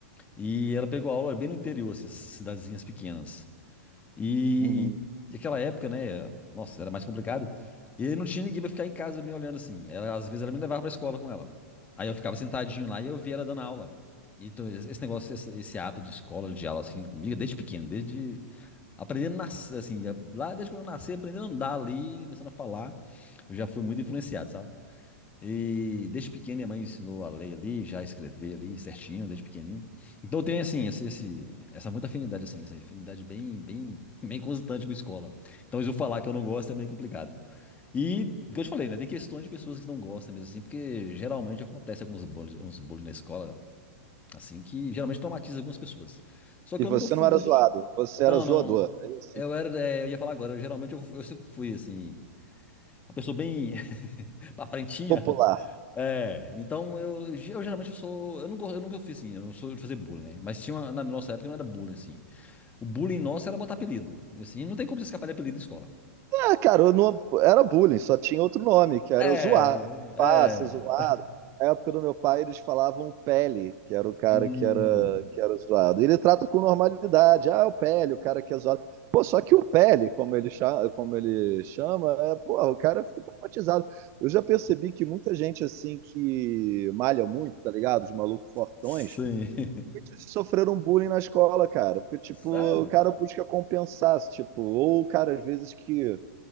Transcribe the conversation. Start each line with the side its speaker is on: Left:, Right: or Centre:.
Left: E ela pegou aula bem no interior, assim, essas cidadezinhas pequenas. E,
Right: uhum.
Left: e naquela época, né? Nossa, era mais complicado. E aí não tinha ninguém pra ficar em casa me olhando assim. Ela, às vezes ela me levava pra escola com ela. Aí eu ficava sentadinho lá e eu via ela dando aula. Então, esse esse negócio, esse, esse hábito de escola, de aula assim comigo, desde pequeno, desde aprendendo a nas- assim, lá desde quando eu nasci, aprendendo a andar ali, começando a falar, eu já fui muito influenciado, sabe? E desde pequeno minha mãe me ensinou a ler ali, já escrever ali certinho, desde pequenininho. Então eu tenho assim, esse, esse- essa muita afinidade assim, essa afinidade bem, bem, bem constante com escola. Então se eu falar que eu não gosto é bem complicado. E, como eu te falei, né, tem questões de pessoas que não gostam mesmo assim, porque geralmente acontece alguns bullying, uns bullying na escola, assim, que geralmente traumatiza algumas pessoas. Só que
Right: E
Left: eu
Right: você
Left: nunca fui
Right: não era
Left: do...
Right: zoado,
Left: ti-
Right: você
Left: Não,
Right: era zoador,
Left: não.
Right: é isso?
Left: Eu era, é, eu ia falar agora, eu geralmente eu, eu sempre fui assim, uma pessoa bem <laughs> pra frentinha,
Right: Popular.
Left: é, então eu, eu geralmente sou. Eu nunca, eu nunca fiz assim, eu não sou de fazer bullying, né? Mas tinha uma- na nossa época não era bullying, assim. O bullying nosso era botar apelido. E assim, não tem como você escapar de apelido em escola.
Right: Ah, cara, eu não, era bullying, só tinha outro nome, que era
Left: É,
Right: zoar. Era
Left: é.
Right: fácil, zoado. Na época do meu pai, eles falavam Pele, que era o cara
Left: Hum,
Right: que era, que era zoado. E ele trata com normalidade. Ah, o Pele, o cara que é zoado. Pô, só que o Pele, como ele chama, como ele chama, é, porra, o cara fica traumatizado. Eu já percebi que muita gente, assim, que malha muito, tá ligado? Os malucos fortões,
Left: sim. <laughs>
Right: muitos sofreram bullying na escola, cara. Porque, tipo,
Left: Sério?
Right: o cara busca compensar, tipo, ou o cara, às vezes, que